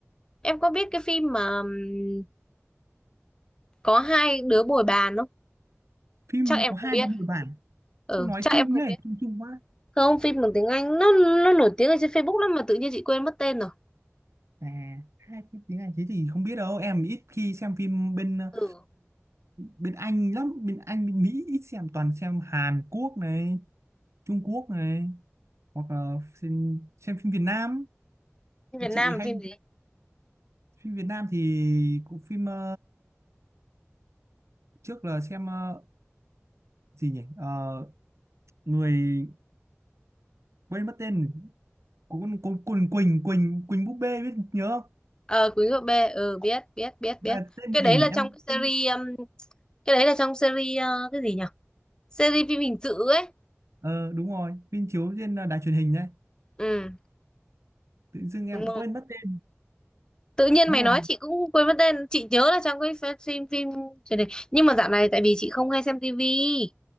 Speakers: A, on the left (about 15°); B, on the right (about 70°).
A: em có biết cái phim mà ừm, có hai đứa bồi bàn không
B: phim
A: chắc em
B: có hai
A: không biết
B: đứa người bản
A: ừ
B: sao nói
A: chắc
B: chung
A: em không
B: đấy
A: biết
B: chung chung quá
A: không phim bằng tiếng Anh nó nó nổi tiếng ở trên Facebook lắm mà tự nhiên chị quên mất tên rồi
B: À, hai cái tiếng Anh thế thì không biết đâu em ít khi xem phim bên ờ,
A: ừ
B: bên Anh lắm bên Anh bên Mỹ ít xem toàn xem Hàn Quốc này Trung Quốc này hoặc là xem, xem phim Việt Nam
A: phim Việt Nam
B: chị
A: là
B: hay
A: phim gì
B: phim Việt Nam thì cũng phim ờ, trước là xem ờ, gì nhỉ Ờ, người quên mất tên của con con con Quỳnh Quỳnh Quỳnh búp bê biết nhớ không
A: ờ Quý Ngựa B ừ biết biết biết
B: là
A: biết
B: tên
A: cái
B: là gì
A: đấy
B: nhỉ
A: là
B: em
A: trong cái series
B: quên.
A: um, cái đấy là trong series ờ, cái gì nhỉ series phim hình sự ấy
B: ờ đúng rồi phim chiếu trên ờ, đài truyền hình đấy
A: ừ
B: tự dưng em
A: Đúng
B: cũng
A: rồi.
B: quên mất tên
A: Tự nhiên
B: nhưng
A: mày
B: mà
A: nói chị cũng quên mất tên chị nhớ là trong cái ph- phim phim truyền hình nhưng mà dạo này tại vì chị không hay xem tivi